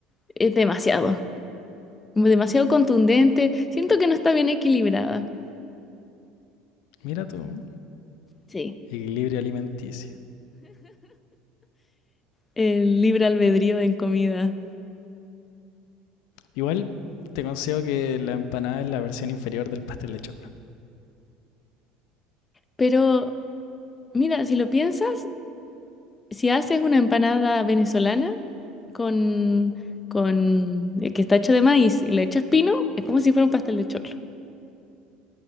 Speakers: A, on the left (about 25°); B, on the left (about 70°).
A: es demasiado, demasiado contundente. Siento que no está bien equilibrada
B: Mira tú,
A: Sí.
B: equilibrio alimenticio.
A: el libre albedrío en comida.
B: Igual te concedo que la empanada es la versión inferior del pastel de choclo.
A: Pero, mira, si lo piensas, si haces una empanada venezolana con, con, eh, que está hecho de maíz y le echas pino, es como si fuera un pastel de choclo.